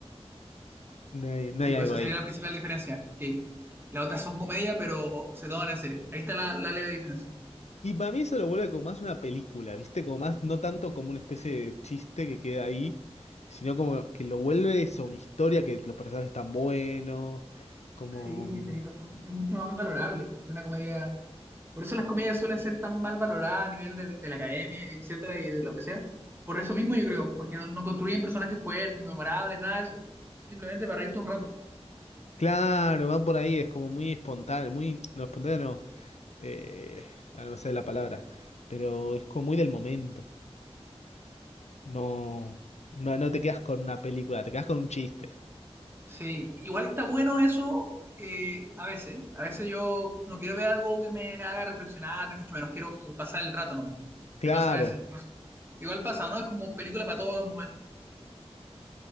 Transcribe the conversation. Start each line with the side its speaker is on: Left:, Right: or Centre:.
Left: No hay, no
Right: Sí,
Left: hay
Right: pues
Left: algo
Right: esa
Left: ahí.
Right: sería la principal diferencia. Que las otras son comedia, pero se toman en serio. Ahí está la la leve diferencia.
Left: Y para mí eso lo vuelve como más una película, ¿viste? Como más, no tanto como una especie de chiste que queda ahí, sino como que lo vuelve eso, una historia que los personajes están buenos, como...
Right: Sí,
Left: mm,
Right: tenéis razón. Es mucho más valorable que una comedia. Por eso las comedias suelen ser tan mal valoradas a nivel del- de, la academia, etcétera, y de lo que sea. Por eso mismo yo creo, porque no, no construyen personajes fuertes, memorables, nada de eso. Es Simplemente para reírte un rato.
Left: Claro, van por ahí, es como muy espontáneo, muy... No, espontáneo no, eh, ah, no me sale la palabra, pero es como muy del momento. No, no, no te quedas con una película, te quedas con un chiste.
Right: Sí, igual está bueno eso eh, a veces. A veces yo no quiero ver algo que me haga reflexionar, ni mucho menos. Quiero como pasar el rato nomás.
Left: Claro.
Right: Me pasa a veces. Igual pasa, ¿no? Es como película para todos los momentos.